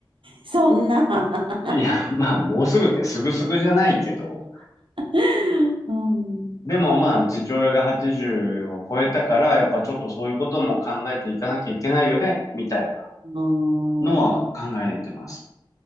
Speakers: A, on the right; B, on the left.
A: そんな
B: いや、
A: <laughs>
B: まあ、もうすぐってすぐすぐじゃないけど、
A: うん。
B: でもまあ、父親が80を超えたから、やっぱちょっとそういうことも考えていかなきゃいけないよね、みたいな
A: うん、
B: のは考えてます。